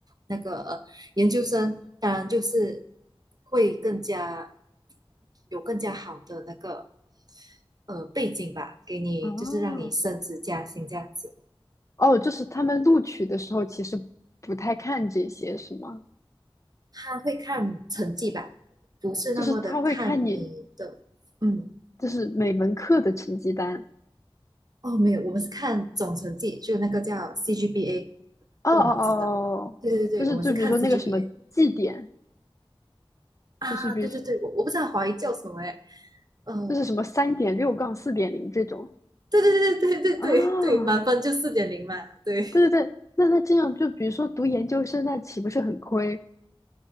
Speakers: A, on the right; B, on the left.
A: 那个呃研究生，当然就是会更加有更加好的那个呃背景吧，给你就是让你升职加薪这样子，
B: 哦，哦，就是他们录取的时候其实不太看这些，是吗？
A: 他会看成绩吧，不是那么的看你的嗯。
B: 就是他会看你，就是每门课的成绩单。
A: 哦，没有，我们是看总成绩，就那个叫 c g b a
B: 哦哦哦，
A: 不懂你知道吗？
B: 哦就是就比如说那个什么绩点，
A: 对对对，我们是看 c g b a 啊，
B: 就是比如说
A: 对对对，我我不知道华语叫什么哎，呃，
B: 就是什么三点六杠四点零这种。
A: 对对对对对对对对，
B: 啊，
A: 满分就四点零嘛，对，
B: 对对对，那那这样就比如说读研究生，那岂不是很亏？